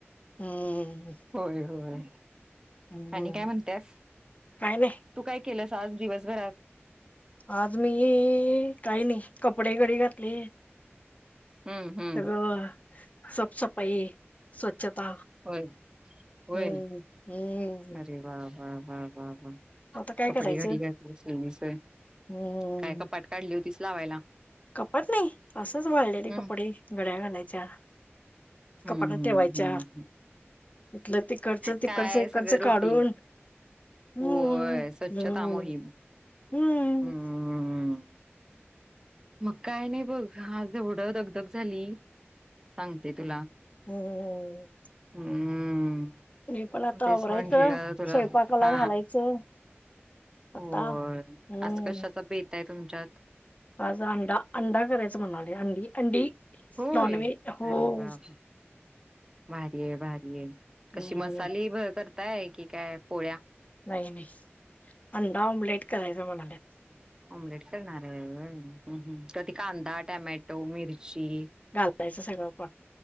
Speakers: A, on the left; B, on the right.
A: हम्म
B: होय होय.
A: हम्म
B: आणि
A: हम्म
B: काय म्हणत्यास,
A: काय नाही
B: तू काय केलंस आज दिवसभरात?
A: आज मी काही नाही, कपडे घडी घातली.
B: हम्म हम्म
A: <unintelligible> सफ सफाई स्वच्छता,
B: होय होय
A: हम्म हम्म.
B: अरे, वा वा वा वा वा.
A: आता काय
B: कपडे
A: करायचं
B: घाडी घाटलीस <unintelligible>
A: हम्म
B: काय कपाट काढली होतीच लावायला?
A: कपाट नाही, असंच वाळलेले
B: हम्
A: कपडे घड्या घालायच्या.
B: हम्म
A: कपाटात ठेवायच्या.
B: हम्
A: इथलं तिकडचं, तिकडचं
B: काय
A: इकडचं
B: सगळं रुटीन
A: काढून हम्म,
B: होय स्वच्छता
A: हम्,
B: मोहीम
A: हम्म.
B: हम्म मग काय नाही बघ, आज एवढं दगधग झाली सांगते तुला.
A: हम्म
B: हम्म!
A: हे पण आता
B: तेच
A: आवरायचं,
B: म्हंटलं तुला
A: स्वयंपाकाला
B: हा
A: घालायचं. आता
B: होय,
A: हम्म
B: आज कशाचा बेत आहे तुमच्यात?
A: आज अंडा, अंडा करायचा म्हणालोय, अंडी अंडी
B: होय
A: नॉनव्हेज, हो.
B: अरे वा वा. भारी आहे भारी ये
A: हम्म
B: कशी मसाली करताय की काय पोळ्या?
A: नाही, नाही अंडा आमलेट करायचं म्हणाल्यात.
B: ऑमलेट करणार आहे होय तर ते कांदा, टॅमॅटो, मिर्ची
A: झालायचं सगळं स्वयंपाक